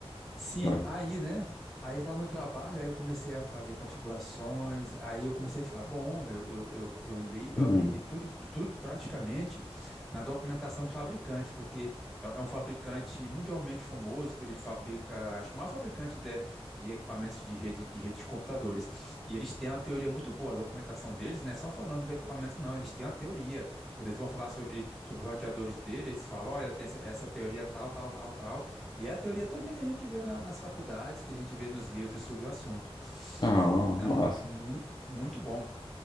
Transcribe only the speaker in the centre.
Sim,
aí, né? Aí lá no trabalho, aí eu comecei a fazer configurações, aí eu comecei a ficar bom. Eu, eu, eu, eu li, eu
aprendi tudo, tudo praticamente na documentação do fabricante, porque é, é um fabricante mundialmente famoso, que ele fabrica, acho que o maior fabricante de, de equipamentos de rede, de rede de computadores. E eles têm uma teoria muito boa, a documentação deles não é só falando do equipamento, não, eles têm uma teoria. Quando eles vão falar sobre, sobre os roteadores dele, eles falam, olha, tem essa essa teoria tal, tal, tal, tal. E é a teoria todinha que a gente vê na- nas faculdades, que a gente vê nos livros sobre o assunto.
Então,
muito, muito bom.